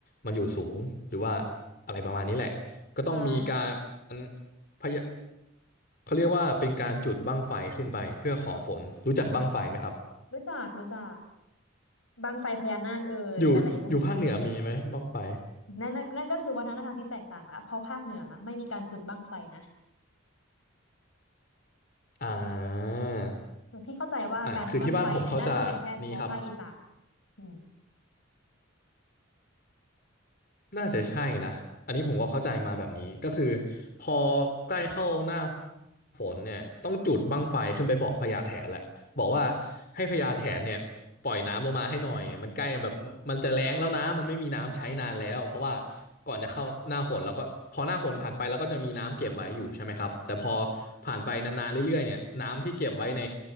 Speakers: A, on the left; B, on the left.
A: มันอยู่สูงหรือว่าอะไรประมาณนี้แหละก็ต้องมีการ
B: ใช่
A: พยาเขาเรียกว่าเป็นการจุดบั้งไฟขึ้นไปเพื่อขอฝนรู้จักบั้งไฟไหมครับ
B: รู้จักรู้จักบั้งไฟพญานาคเอ่ยอะไรพวกนี้
A: อยู่อยู่ภาคเหนือมีไหมบั้งไฟ
B: นั่นนั่นนั่นก็คือวัฒนธรรมที่แตกต่างละเพราะภาคเหนือไม่มีการจุดบั้งไฟนะ
A: อ่า
B: พี่เข้าใจว่าการบั้งไฟเนี่ยน่าจะเป็นแค่เฉพาะภาคอีสาน
A: อ่าคือที่บ้านผมเขาจะนี้ครับ
B: อืม
A: น่าจะใช่นะอันนี้ผมก็เข้าใจมาแบบนี้ก็คือพอใกล้เข้าหน้าฝนเนี่ยต้องจุดบั้งไฟขึ้นไปบอกพญาแถนแหละบอกว่าให้พญาแถนเนี่ยปล่อยน้ำลงมาให้หน่อยมันใกล้แบบมันจะแล้งแล้วนะมันไม่มีน้ำใช้นานแล้วเพราะว่าก่อนจะเข้าหน้าฝนแล้วก็พอหน้าฝนผ่านไปแล้วก็จะมีน้ำเก็บไว้อยู่ใช่ไหมครับแต่พอผ่านไปนานๆเรื่อยๆเนี่ยน้ำที่เก็บไว้ใน